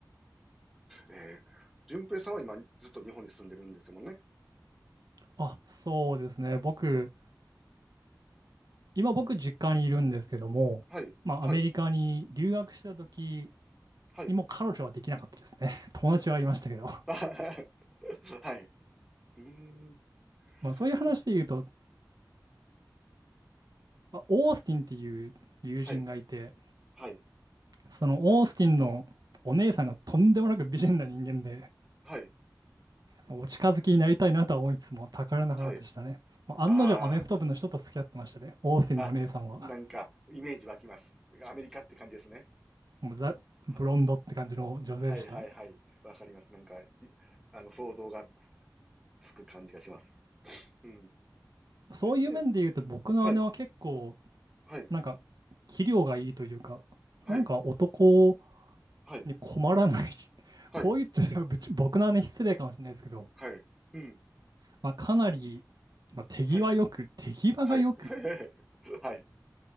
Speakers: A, in the centre; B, on the right.
A: えー、淳平さんは今、ずっと日本に住んでるんですもんね。
B: あ、そうですね。僕、今僕実家にいるんですけども、
A: はい、
B: まあアメリカに留学した時
A: はい、はい。
B: にも彼女はできなかったですね。<laughs> 友達はいましたけど。
A: あははは <laughs> はい。うーん、
B: まあそういう話で言うと、
A: そう、
B: まあオースティンっていう友人がいて、
A: はい、はい、
B: そのオースティンのお姉さんがとんでもなく美人な人間で、
A: はい。
B: まあお近づきになりたいなとは思いつつも宝の花でしたね。
A: はい。
B: まあ案の定アメフト部の人と付き合ってましたね。
A: あ
B: オースティンのお姉さんは。
A: あ、あ、なんか、イメージ湧きます。アメリカって感じですね。
B: もうザ・
A: は、
B: ブロンドって感じの女性でした。
A: はいはいはい。わかります。なんか、いあの、想像がつく感じがします。うん。
B: そういう面で言うと僕の姉は結構、
A: で、はい、はい、
B: なんか、器量がいいというか、
A: はい、
B: なんか男
A: はい、
B: に困らない <laughs>
A: はい、
B: こう言っちゃうとぶち僕の姉失礼かもしれないですけど、
A: はい、うん、
B: まあ、かなり、まあ、手際よく、
A: はい、
B: 手際がよく、
A: はい、はい、はい、